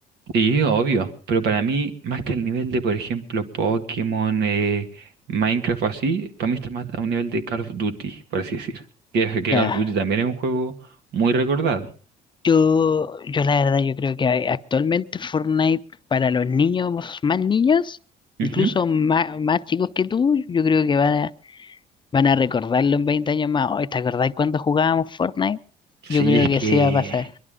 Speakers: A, on the right; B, on the left.
A: Sí, obvio, pero para mí, más que el nivel de, por ejemplo, Pokémon, eh, Minecraft o así, para mí está más a un nivel de Call of Duty, por así decir. Que, es- que
B: Ya.
A: Call of Duty también es un juego muy recordado.
B: Yo, yo la verdad, yo creo que actualmente Fortnite para los niños más niños, incluso
A: Ujú.
B: ma- más, chicos que tú, yo creo que van Van a recordarlo en 20 años más. Oye, ¿te acordás cuando jugábamos Fortnite?
A: Sí,
B: Yo creo
A: es
B: que
A: que,
B: sí va a pasar.